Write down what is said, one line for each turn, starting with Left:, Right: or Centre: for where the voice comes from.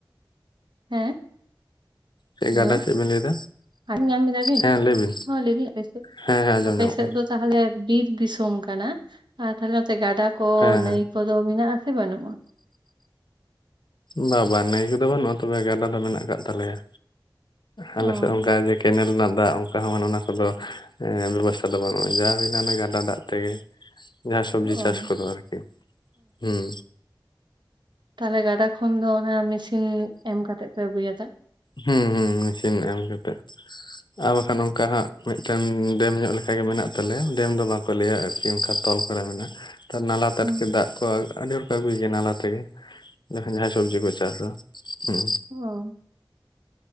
Right: ᱦᱮᱸ
Left: ᱪᱮᱫ
Right: ᱦᱮᱞᱳ
Left: ᱜᱟᱰᱟ ᱪᱮᱫ ᱵᱮᱱ ᱞᱟᱹᱭ ᱮᱫᱟ?
Right: ᱟᱸᱡᱚᱢ ᱧᱟᱢ ᱫᱟ ᱵᱤᱱ
Left: ᱦᱮᱸ ᱞᱟᱹᱭ ᱵᱤᱱ
Right: ᱦᱚᱸ ᱞᱟᱹᱭ ᱫᱤᱧ ᱟᱯᱮᱥᱮᱫ
Left: ᱦᱮᱸ ᱦᱮᱸ ᱟᱸᱡᱚᱢ
Right: ᱟᱯᱮ
Left: ᱧᱟᱢᱚᱜ
Right: ᱥᱮᱫ
Left: ᱠᱟᱱᱟ
Right: ᱫᱚ ᱛᱟᱦᱚᱞᱮ ᱵᱤᱨ ᱫᱤᱥᱚᱢ ᱠᱟᱱᱟ ᱟᱨ ᱛᱟᱦᱚᱞᱮ ᱱᱚᱛᱮ ᱜᱟᱰᱟ ᱠᱚ
Left: ᱦᱮᱸ
Right: ᱱᱟᱹᱭ ᱠᱚᱫᱚ ᱢᱮᱱᱟᱜ-ᱟ ᱥᱮ ᱵᱟᱱᱩᱜ-ᱟ᱾
Left: ᱵᱟ ᱵᱟ ᱱᱟᱹᱭ ᱠᱚᱫᱚ ᱵᱟᱱᱩᱜ-ᱟ ᱛᱚᱵᱮ ᱜᱟᱰᱟ ᱫᱚ ᱢᱮᱱᱟᱜ ᱠᱟᱜ ᱛᱟᱞᱮᱭᱟ᱾ ᱟᱞᱮ
Right: ᱚ
Left: ᱥᱮᱫ ᱚᱱᱠᱟ ᱜᱮ ᱠᱮᱱᱮᱞ ᱨᱮᱱᱟᱜ ᱫᱟᱜ ᱚᱝ- ᱠᱟ ᱦᱚᱸ ᱚᱱᱟ ᱠᱚᱫᱚ ᱵᱮᱵᱚᱥᱛᱷᱟ ᱫᱚ ᱵᱟᱱᱩᱜ-ᱟ ᱡᱟ ᱦᱩᱭᱱᱟ ᱚᱱᱮ ᱜᱟᱰᱟ ᱫᱟᱜ ᱛᱮᱜᱮ᱾ ᱡᱟᱦᱟᱸ ᱥᱚᱵᱽᱡᱤ
Right: ᱚ
Left: ᱪᱟᱥ ᱠᱚᱫᱚ ᱟᱨᱠᱤ, ᱦᱩᱸ
Right: ᱛᱟᱦᱚᱞᱮ ᱜᱟᱰᱟ ᱠᱷᱚᱱ ᱫᱚ ᱚᱱᱟ ᱢᱮᱥᱤᱱ ᱮᱢ ᱠᱟᱛᱮᱜ ᱯᱮ ᱟᱜᱩᱭᱟ ᱫᱟᱜ᱾
Left: ᱦᱩᱸ ᱦᱩᱸ ᱢᱮᱥᱤᱱ ᱮᱢ ᱠᱟᱛᱮᱫ᱾ ᱟᱨ ᱵᱟᱠᱷᱟᱱ ᱚᱱᱠᱟ ᱦᱟᱸᱜ ᱢᱤᱫᱴᱟᱝ ᱰᱮᱢ ᱧᱚᱜ ᱞᱮᱠᱟ ᱜᱮ ᱢᱮᱱᱟᱜ ᱛᱟᱞᱮᱭᱟ ᱰᱮᱢ ᱫᱚ ᱵᱟᱝ ᱞᱟᱹᱭᱟ ᱟᱨᱠᱤ ᱚᱱᱠᱟ ᱛᱚᱞ ᱠᱚᱨᱟ ᱢᱮᱱᱟᱜ-ᱟ᱾ ᱛᱮ ᱱᱟᱞᱟ ᱛᱮ
Right: ᱦᱩᱸ
Left: ᱟᱨᱠᱤ ᱫᱟᱜ ᱠᱚ ᱟᱹᱰᱤ ᱦᱚᱲ ᱠᱚ ᱟᱜᱩᱭ ᱜᱮᱭᱟ ᱱᱟᱞᱟ ᱛᱮᱜᱮ ᱡᱮᱠᱷᱚᱱ ᱡᱟᱦᱟᱸᱭ ᱥᱚᱵᱽᱡᱤ ᱠᱚ ᱪᱟᱥᱟ᱾ ᱦᱩᱸ
Right: ᱳ